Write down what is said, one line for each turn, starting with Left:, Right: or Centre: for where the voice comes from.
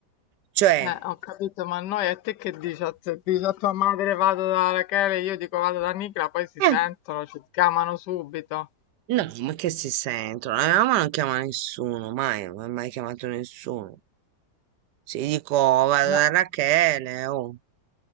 Right: Cioè,
Left: Eh, ho capito, ma noi a te che dici? A, se dici a tua madre vado da Rachele, io dico vado da Nicola, poi si
Right: eh,
Left: sentono, ci chiamano subito.
Right: no, ma che si sentono? La mia mamma non chiama nessuno, mai, non ha mai chiamato nessuno. Se gli dico, "Oh, vado
Left: No,
Right: da Rachele, oh,